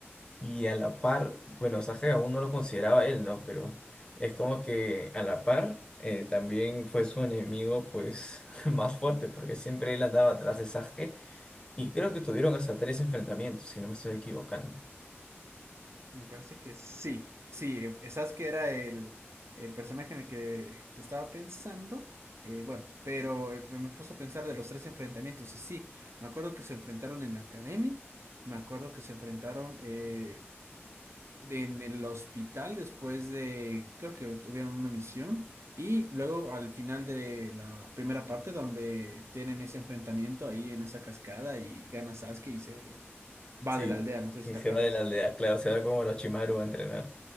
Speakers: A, on the left; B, on the right.
A: Y a la par, bueno, Saje aún no lo consideraba él, ¿no? Pero es como que a la par eh, también fue su enemigo, pues, <laughs> más fuerte, porque siempre él andaba atrás de Sasuke. Y creo
B: Ujú.
A: que tuvieron hasta tres enfrentamientos, si no me estoy equivocando.
B: Me parece que sí, sí, esas que era el, el personaje en el que estaba pensando, eh, bueno, pero eh, me puse a pensar de los tres enfrentamientos y sí, me acuerdo que se enfrentaron en la academia, me acuerdo que se enfrentaron eh, de- en el hospital después de, creo que tuvieron una misión y luego al final de la primera parte donde tienen ese enfrentamiento ahí en esa cascada y gana Sasuke y se va
A: Sí.
B: de la aldea, no sé si
A: Y
B: te
A: se
B: acuerdas.
A: va de la aldea, claro, se va como Orochimaru a entrenar.